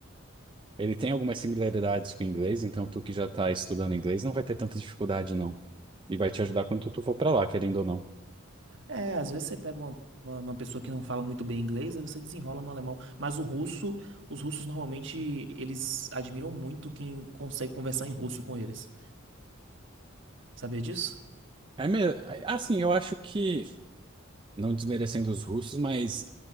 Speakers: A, on the right; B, on the right.
A: Ele tem algumas similaridades com o inglês, então tu que já tá estudando inglês não vai ter tanta dificuldade, não. E vai te ajudar quando tu for pra lá, querendo ou não.
B: É, às vezes você pega uma, uma, uma pessoa que não fala muito bem inglês, aí você desenrola no alemão. Mas o russo, os russos normalmente, eles admiram muito quem consegue conversar em russo com eles. Sabia disso?
A: É mesmo, assim, eu acho que, não desmerecendo os russos, mas